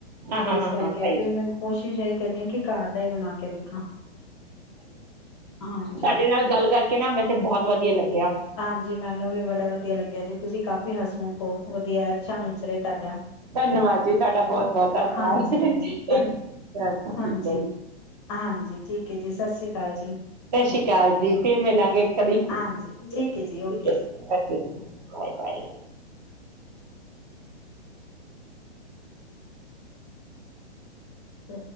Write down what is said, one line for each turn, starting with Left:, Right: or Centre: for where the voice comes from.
Right: ਹਾਂ
Left: ਤੇ
Right: ਹਾਂ
Left: ਇਸ
Right: ਹਾਂ
Left: ਕਰਕੇ,
Right: ਹਾਂ ਸਹੀ
Left: ਫਿਰ ਮੈਨੂੰ ਕੋਸ਼ਿਸ਼ ਏਹੀ ਕਹਦੇ ਹਾਂ ਕਿ ਘਰ ਦਾ ਹੀ ਬਣਾ ਕੇ ਦੇਖਾਂ। ਹਾਂਜੀ।
Right: ਸਾਡੇ ਨਾਲ ਗੱਲ ਕਰਕੇ ਨਾ, ਵੈਸੇ ਬਹੁਤ ਵਧੀਆ ਲੱਗਿਆ।
Left: ਹਾਂਜੀ ਮੈਨੂੰ ਵੀ ਬੜਾ ਵਧੀਆ ਲੱਗਿਆ ਜੀ, ਤੁਸੀਂ ਕਾਫੀ ਹਸਮੁਖ ਹੋ। ਵਧੀਆ, ਅੱਛਾ ਨੇਚਰ ਹੈ ਤੁਹਾਡਾ।
Right: ਧੰਨਵਾਦ ਜੀ ਤੁਹਾਡਾ ਬਹੁਤ ਬਹੁਤ ਧੰਨਵਾਦ
Left: ਹਾਂਜੀ, ਹਾਂਜੀ,
Right: ਇੱਕ
Left: ਹਾਂਜੀ,
Right: ਠੀਕ ਹੈ ਜੀ
Left: ਹਾਂਜੀ, ਠੀਕ ਹੈ ਜੀ ਸਤਿ ਸ੍ਰੀ ਅਕਾਲ। ਸਤਿ ਸ੍ਰੀ ਅਕਾਲ ਜੀ।
Right: ਸਤਿ ਸ੍ਰੀ ਅਕਾਲ ਜੀ ਫਿਰ ਮਿਲਾਂਗੇ ਕਦੀ। ਠੀਕ
Left: ਹਾਂਜੀ ਹੈ ਜੀ ਓਕੇ
Right: ਹੈ ਜੀ। Bye, bye.
Left: ਚ